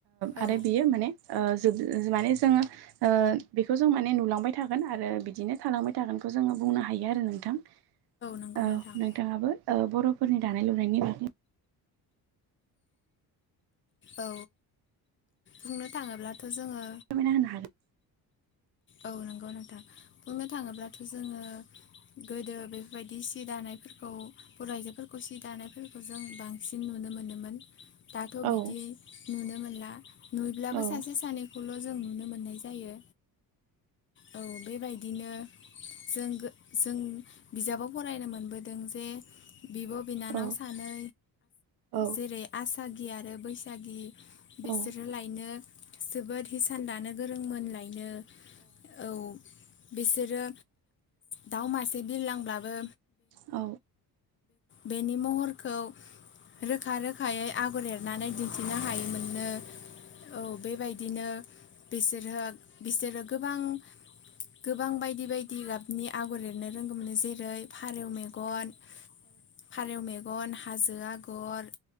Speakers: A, on the left; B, on the right.
A: औ
B: आरो बियो माने ज माने जोङो बेखौ जों माने नुलांबाय थागोन आरो बिदिनो थालांबाय थागोनखौ जोङो बुंनो हायो आरो नोंथां
A: नंगौ
B: औ
A: नोंथां
B: नोंथाङाबो बर'फोरनि दानाय लुनायनि बागै
A: औ बुंनो थाङोब्लाथ' जोङो
B: <unintelligible> होनो हागोन
A: औ नंगौ नोंथां बुंनो थाङोब्लाथ' जोङो गोदो बेफोरबायदि सि दानायफोरखौ बर' आइजोफोरखौ सि दानायफोरखौ जों बांसिन बांसिन नुनो मोनोमोन दाथ'
B: औ
A: बिदि नुनो मोनला नुयब्लाबो
B: औ
A: सासे सानै खौल' जों नुनो मोननाय जायो औ बेबायदिनो जों जों बिजाबाव फरायनो मोनबोदों जे बिब' बिनानाव
B: औ
A: सानै
B: औ
A: जेरै आसागि आरो बैसागि बिसोरो
B: औ
A: लायनो जोबोद हिसान दानो गोरोंमोन लायनो औ बिसोरो दाउ मासे बिरलांब्लाबो
B: औ
A: बेनि महरखौ रोखा रोखा हायै आगर एरनानै दिन्थिनो हायोमोननो औ बेबायदिनो बिसोरहा बिसोरो गोबां गोबां बायदि बायदि गाबनि आगर एरनो रोंगौ मोन जेरै फारौ मेगन फारौ मेगन हाजो आगर